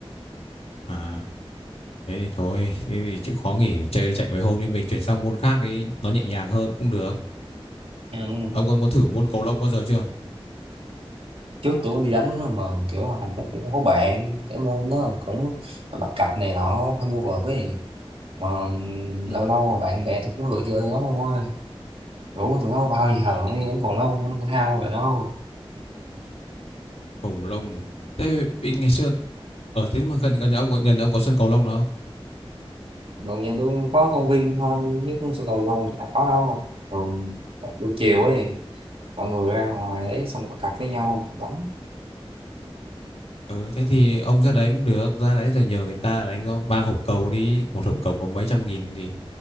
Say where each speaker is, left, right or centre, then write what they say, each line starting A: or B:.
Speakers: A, on the left (about 80°); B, on the right (about 70°).
A: à, thế thì thôi. Thế thì chịu khó nghỉ chơi chạy mấy hôm đi. Mình chuyển sang môn khác đi. Nó nhẹ nhàng hơn cũng được.
B: Ừ. ừ.
A: Ông có muốn thử môn cầu lông bao giờ chưa?
B: trước tôi đi đánh mà kiểu hành cũng không có bạn cái môn nó cũng bắt cặp này nọ phải mua vợt cái gì mà
A: Ừ.
B: lâu lâu mà bạn bè tôi cũng lười chơi lắm ông ơi rủ tụi nó bao giờ mới
A: Ừ.
B: đến cầu lông thể thao rồi đâu
A: Cầu lông Thế ngày xưa Ở thế mà gần gần nhà ông có- nhà ông có sân cầu lông nào
B: còn nhà tôi có công viên thôi chứ không sân cầu lông chả có đâu thường buổi chiều ấy mọi người ra ngoài đấy xong bắt cặp với nhau đánh
A: Ừ, thế thì ông ra đấy cũng được, ra đấy rồi nhờ người ta đánh cho mang hộp cầu đi, một hộp cầu có mấy trăm nghìn thì